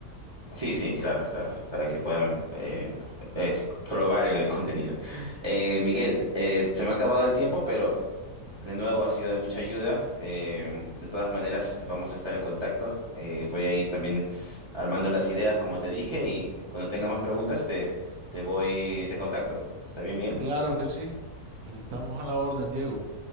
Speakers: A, on the right; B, on the right.
A: sí, sí, claro, claro, para que puedan eh, eh, probar el contenido. Eh, Miguel, eh, se me ha acabado el tiempo, pero de nuevo, ha sido de mucha ayuda. eh, de todas maneras, vamos a estar en contacto. Eh, voy a ir también armando las ideas, como te dije, y cuando tenga más preguntas, te, te voy, te contacto. ¿Está bien, Miguel?
B: Claro que sí. Estamos a la orden, Diego.